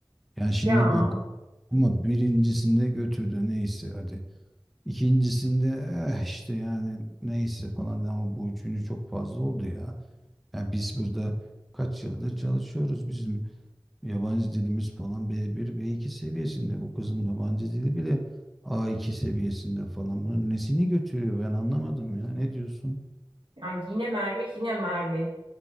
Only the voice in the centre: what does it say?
Yani şimdi
bak ama birincisinde götürdü neyse hadi. İkincisinde eh işte yani neyse falan dedi ama bu üçüncü çok fazla oldu ya. Yani biz burada kaç yıldır çalışıyoruz. Bizim yabancı dilimiz falan b bir b iki seviyesinde. Bu kızın yabancı dili bile a iki seviyesinde falan. Bunun nesini götürüyor ben anlamadım ya. Ne diyorsun?